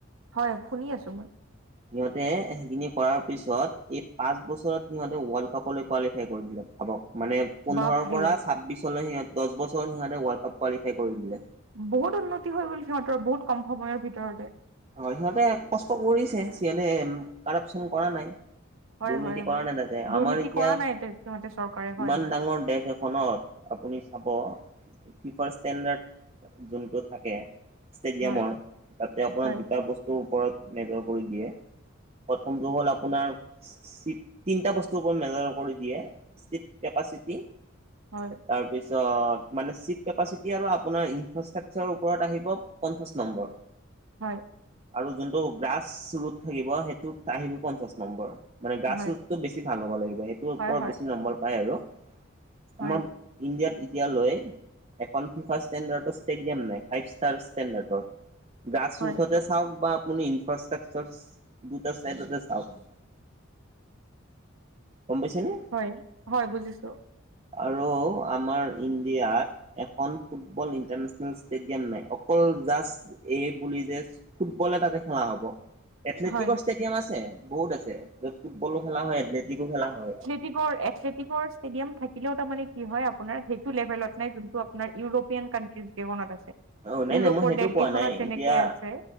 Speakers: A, on the right (about 75°); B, on the right (about 30°).
A: হয় শুনি আছো মই
B: সিহঁতে সেইখিনি কৰাৰ পিছত এই পাঁচ বছৰত সিহঁতে ৱৰ্ল্ড কাপলৈ কোৱালিফাই কৰি দিলে ভাবক মানে পোন্ধৰ
A: বাপৰে
B: পৰা ছাব্বিছলৈ সিহঁত দছ বছৰ সিহঁতে ৱৰ্ল্ড কাপ কোৱালিফাই কৰি দিলে
A: বহুত উন্নতি হৈ গ'ল সিহঁতৰ বহুত কম সময়ৰ ভিতৰতে
B: হয় সিহঁতে কষ্ট কৰিছে সিহঁতে কাৰাপচন কৰা নাই
A: হয়
B: দুৰ্নীতি
A: হয়
B: কৰা
A: হয়
B: নাই তাতে
A: দুৰ্নীতি
B: আমাৰ এতিয়া
A: কৰা নাই তে সিহঁতে চৰকাৰে হয়
B: ইমান
A: হয়
B: ডাঙৰ দেশ এক ফোনত আপুনি চাব প্ৰিফাৰ্ষ্ট ষ্টেণ্ডাৰ্ড যোনটো থাকে ষ্টেডিয়ামৰ
A: হয়
B: তাতে আপোনাৰ
A: হয়
B: দুটা বস্তুৰ ওপৰত নিৰ্ভৰ কৰি দিয়ে। প্ৰথমটো হ'ল আপোনাৰ তিনিটা বস্তুৰ ওপৰত মেজাৰ কৰি দিয়ে। ছিট কেপাচিটি,
A: হয়।
B: তাৰপিছত মানে ছিট কেপাচিটি আৰু আপোনাৰ ইনফ্ৰাষ্ট্ৰাকচাৰৰ ওপৰত আহিব। পঞ্চাশ নম্বৰ।
A: হয়।
B: আৰু যোনটো গ্ৰাছ ৰোট থাকিব সেইটোত আহিব, পঞ্চাশ নম্বৰ। মানে গ্ৰাছ
A: হয়
B: ৰোটটো বেছি ভাল হ'ব লাগিব, সেইটো ওপৰত
A: হয় হয়
B: বেছি নম্বৰ পায় আৰু।
A: হয়
B: আমাৰ ইণ্ডিয়াত এতিয়া লয় এখন প্ৰিফাৰ্ষ্ট ষ্টেডিয়াম নাই, ফাইভ ষ্টাৰ ষ্টেণ্ডাৰ্ডৰ, গ্ৰাছ
A: হয়
B: ৰোটতে চাওক বা আপুনি ইনফ্ৰাষ্ট্ৰাকচাৰ দুটা চাইডতে চাওক গম পাইছে নে?
A: হয় হয়, বুজিছো।
B: আৰু আমাৰ ইণ্ডিয়াত, এখন ফুটবল ইণ্টাৰনেচনেল ষ্টেডিয়াম নাই। অকল জাষ্ট এই বুলি যে ফুটবল তাতে খেলা হব, এথলেটিকৰ
A: হয়
B: ষ্টেডিয়াম আছে বহুত আছে। য'ত ফুটবলো খেলা হয়, এথলেটিকো খেলা হয়।
A: তৃগৰ এথলেটিকৰ ষ্টেডিয়াম থাকিলেও তাৰ মানে কি হয় আপোনাৰ সেইটো লেভেলত নাই জোনটো আপো নাৰ ইউৰোপীয়ান কানট্ৰিজ কেখনত আছে।
B: অ নাই
A: ইউৰোপৰ
B: নাই মই সেইটো
A: দেশকেইখনত
B: কোৱা নাই
A: যেনেকে
B: এতিয়া
A: আছে,